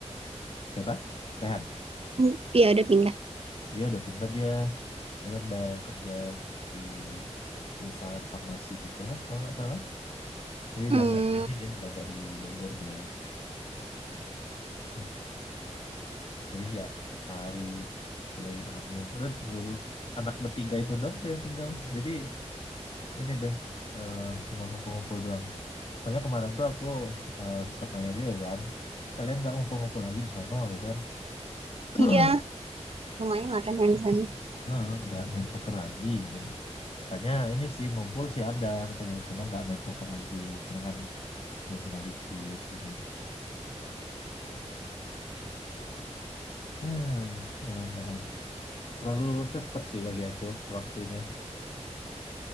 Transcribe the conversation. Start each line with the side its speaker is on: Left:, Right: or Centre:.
Left: siapa Rehan
Right: Hmm, iya udah pindah
Left: dia udah pindah dia dia kan udah kerja di perusahaan farmasi gitulah kalau nggak salah jadi
Right: hmm
Left: udah nggak di ini dia udah nggak di Bogor dia <clears throat> Jadi ya siap hari kue amil. Udah bu- bu- anak bertiga itu doang tuh yang tinggal. Jadi ini deh eh, cuma ngumpul-ngumpul doang. Soalnya kemarin tuh aku eh, sempat nanya juga kan, kalian nggak ngumpul-ngumpul lagi di sono gitu kan? <clears throat>
Right: iya lumayan lah kan yang di sana
Left: Nah, nggak main poker lagi gitu. Katanya ini sih ngumpul sih ada katanya, cuma nggak main poker lagi karena kan udah tinggal dikit gitu. Nah, emang udah terlalu cepet sih bagi aku waktunya.